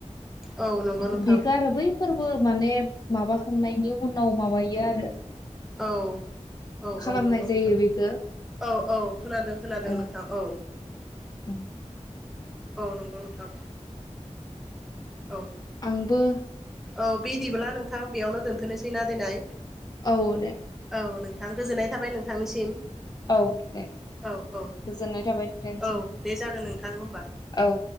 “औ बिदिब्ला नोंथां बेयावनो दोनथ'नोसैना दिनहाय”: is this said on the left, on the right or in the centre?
Centre